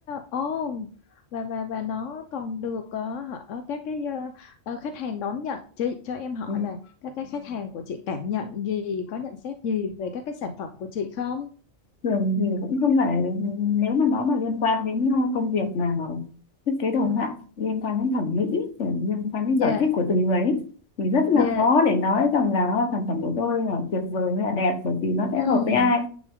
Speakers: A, on the left; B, on the left.
A: ô và và và nó còn được ờ, hả, ờ, các cái ờ, ờ, khách hàng đón nhận chị cho em hỏi
B: ừ,
A: là các cái khách hàng của chị cảm nhận gì có nhận xét gì về các cái sản phẩm của chị không
B: thường thì cũng không phải nếu mà nó mà liên quan đến ờ, công việc mà thiết kế đồ họa liên quan đến thẩm mỹ rồi liên quan đến
A: dạ
B: sở thích của từng người ấy, thì rất là
A: dạ
B: khó để nói rằng là ờ, sản phẩm của tôi là tuyệt vời hay là đẹp bởi vì nó sẽ
A: ừm,
B: hợp với ai